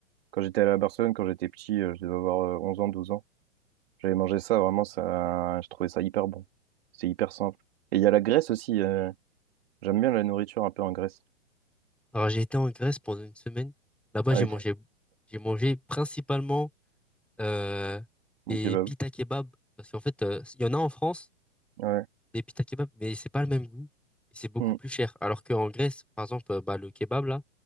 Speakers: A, on the right; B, in the centre.
A: quand j'étais à la Barcelone, quand j'étais petit, euh, je devais avoir euh, 11 ans, 12 ans, j'avais mangé ça, vraiment, ça, je trouvais ça hyper bon. C'est hyper simple. Et il y a la Grèce aussi, euh, j'aime bien la nourriture un peu en Grèce.
B: Alors, j'ai été en Grèce pendant une semaine. Là-bas,
A: Ah
B: j'ai
A: oui,
B: mangé,
A: <laughs>
B: j'ai mangé principalement. euh,
A: mon
B: des
A: kebab.
B: pita kebab. Parce qu'en fait, euh, il y en a en France,
A: Ouais.
B: des pita kebab, mais c'est pas le même goût et c'est beaucoup
A: Mm.
B: plus cher. Alors qu'en Grèce, par exemple, euh, bah, le kebab, là,